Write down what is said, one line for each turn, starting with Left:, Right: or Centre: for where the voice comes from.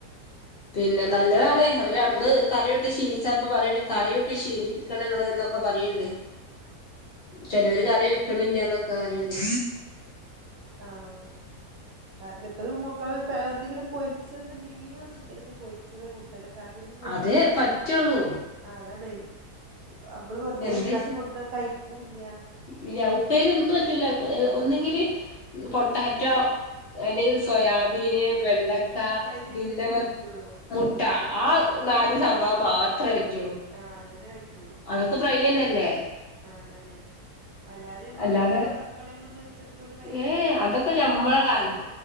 Left: പിന്നെ നല്ലതാണ് അവര് അന്ന് കറിയൂട്ടി ശീലിച്ചാ അപ്പ പറയിണ്ട് കറിയൂട്ടി ശീലിപ്പി ക്കണങ്ങള് ന്നൊക്കെ പറയ്ണ്ട് ചെലോര്
Right: ആഹ്
Left: കറി വെക്കണില്ലാന്നൊക്കെ പറയ്ണ്ട്.
Right: ആഹ്. കാരണം ഇപ്പ മക്കള് എന്തെങ്കിലും പൊരിച്ചത് മീനോ ചിക്കനൊക്കെ പൊരിച്ചതെ കൂ ട്ടല് കറിയൊന്നും കൂട്ടൂലല്ലോ
Left: അതേ പറ്റുള്ളൂ
Right: ആഹ് അതാണെയ് നമ്മള് വെറുതെ
Left: എന്താ
Right: ഉണ്ടാക്കി
Left: ചെ
Right: കൊടുത്താ കഴിക്കൂല്ലാ.
Left: ഇല്ല ഉപ്പേരി ഒന്നും പറ്റൂല്ല ഒന്നെങ്കില് പൊട്ടാറ്റോ അല്ലെങ്കിൽ
Right: ആഹ്
Left: സോയാബീന്, വെണ്ടക്ക
Right: അതൊക്കെ ഫ്രൈ ചെയ്തന്നെ
Left: പിന്നെ വെ
Right: പറ്റുള്ളൂ
Left: മുട്ട
Right: ആഹ്
Left: ആ നാല് സംഭവം മാത്രേ
Right: അതന്നെ
Left: പറ്റൂള്ളൂ.
Right: ആഹ് അതന്നെ കഴിക്കൊള്ളൂ.
Left: അതൊക്കെ ഫ്രൈ തന്നെല്ലേ.
Right: ആഹ് അതാണ്. അല്ലാതെ നമ്മള്
Left: അല്ലാതെ
Right: ഉള്ളിയോ തക്കളിങ്ങളൊന്നും വെച്ചെടുത്തോണ്ട് കഴിക്കൂലാ
Left: ഏ അതൊക്കെ ഞമ്മളെ കാലം